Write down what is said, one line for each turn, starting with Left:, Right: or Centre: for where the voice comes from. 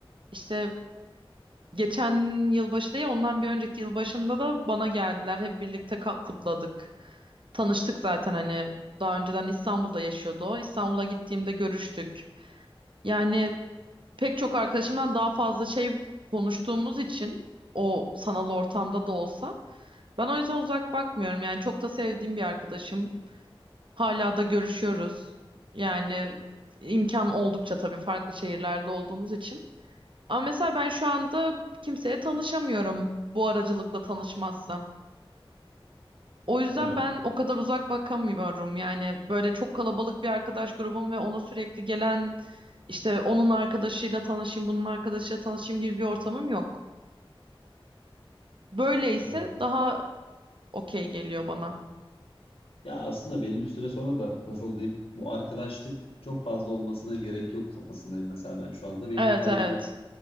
Right: işte geçen yılbaşı değil, ondan bir önceki yılbaşında da bana geldiler. Hep birlikte ka- kutladık. Tanıştık zaten hani daha önceden İstanbul'da yaşıyordu o. İstanbul'a gittiğimde görüştük. Yani pek çok arkadaşımdan daha fazla şey konuştuğumuz için o sanal ortamda da olsa ben o yüzden uzak bakmıyorum. Yani çok da sevdiğim bir arkadaşım. Hala da görüşüyoruz. Yani imkan oldukça tabii farklı şehirlerde olduğumuz için. Ama mesela ben şu anda kimseye tanışamıyorum bu aracılıkla tanışmazsam. O yüzden
Left: Ha,
Right: ben o kadar uzak bakamıyorum. Yani böyle çok kalabalık bir arkadaş grubum ve ona sürekli gelen işte onun arkadaşıyla tanışayım, bunun arkadaşıyla tanışayım gibi bir ortamım yok. Böyleyse
Left: anladım.
Right: daha okey geliyor bana.
Left: Ya aslında belli bir süre sonra da nasıl diyeyim bu arkadaşlık çok fazla olmasına gerek yok kafasındayım mesela ben şu anda benim
Right: Evet,
Left: yeterli
Right: evet.
Left: bir